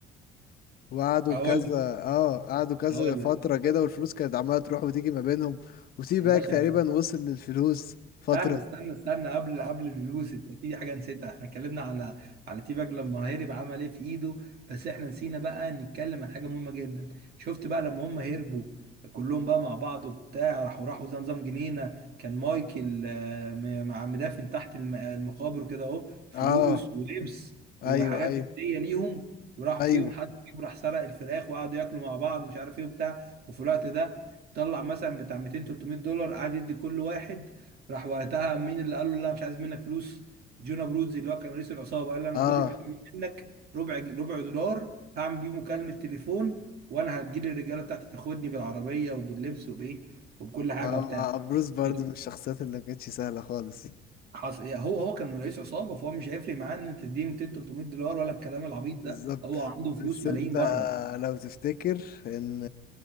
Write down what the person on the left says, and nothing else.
وقعدوا
كذا
اه قعدوا كذا
فتره
كده والفلوس كانت عماله تروح وتيجي ما بينهم وتي
باك
تقريبا وصل للفلوس فتره
اه
ايوه
ايوه
ايوه
اه
اه
بروس برضو
من الشخصيات اللي ما كانتش سهله خالص
بالظبط
بس
انت
لو تفتكر ان